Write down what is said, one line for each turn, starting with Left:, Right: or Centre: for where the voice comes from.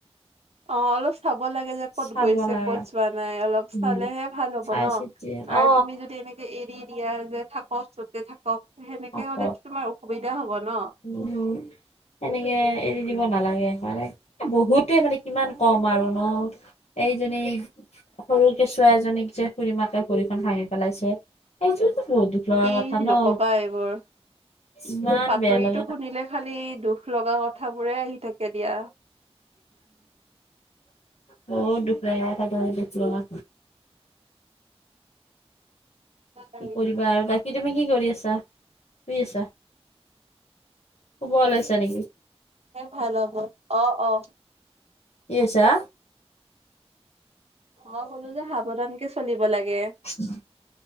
Right: অ' অলপ চাব লাগে যে ক'ত
Left: চাব
Right: গৈছে
Left: লাগে
Right: ক'ত যোৱা নাই অলপ
Left: উম
Right: চালেহে ভাল হব
Left: চাই
Right: ন।
Left: চিতি
Right: আৰু
Left: অ
Right: তুমি যদি এনেকে এই দি দিয়া যে থাকক যতে থাকক সেনেকে
Left: আকৌ
Right: হ'লে তোমাৰ অসুবিধা হব ন।
Left: উম, সেনেকে এৰি দিব নালাগে মানে বহুতে মানে কিমান কম আৰু ন। এইজনী সৰু কেচুৱা এজনীক যে খুুৰী মাকে ভৰিখন ভাঙি পেলাইছে সেইটোতো বহুত দুখ। লোৱা
Right: এই
Left: কথা ন,
Right: নকবা এইবোৰ
Left: ইমান
Right: বাতৰিটো
Left: বেয়া লাগ
Right: শুনিলে খালি দুখ লগা কথাবোৰে আহি থাকে দিয়া।
Left: বহুত দুুখ লগা কথা বহুত দুখ লগা।
Right: ন ম <unintelligible>
Left: কি কৰিবা আৰু বাকী তুমি কি কৰি আছা শুই আছা শুব ওলাইছা নেকি?
Right: ভাল হব অ অ
Left: কি কৰিছা?
Right: মই কলোঁ যে সাৱধান কে চলিব লাগে।
Left: উ, <unintelligible>